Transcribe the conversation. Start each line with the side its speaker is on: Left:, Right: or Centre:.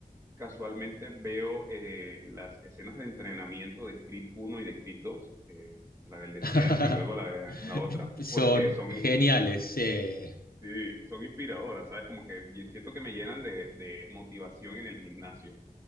Right: casualmente veo eh, las escenas de entrenamiento de Creed uno y de Creed dos eh, la del desierto
Left: <laughs>
Right: y luego la, de- la otra,
Left: Son
Right: porque son,
Left: geniales. eh,
Right: sí, son inspiradoras, ¿sabes? Como que ye- siento que me llenan de, de motivación en el gimnasio.